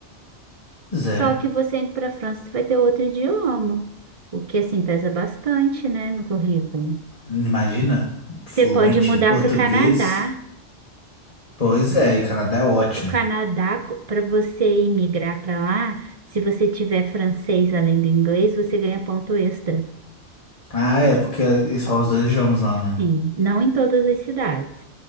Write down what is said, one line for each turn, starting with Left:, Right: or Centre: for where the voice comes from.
Left: Zé.
Right: Só que você indo para a França, você vai ter outro idioma. O que, assim, pesa bastante, né, no currículo.
Left: Imagina,
Right: Você
Left: fluente
Right: pode mudar
Left: em português.
Right: para o Canadá.
Left: Pois é, e Canadá é ótimo.
Right: O Canadá, para você emigrar para lá, se você tiver francês além do inglês, você ganha ponto extra.
Left: Ah, é, porque eles falam os dois idiomas lá, né?
Right: Sim, não em todas as cidades.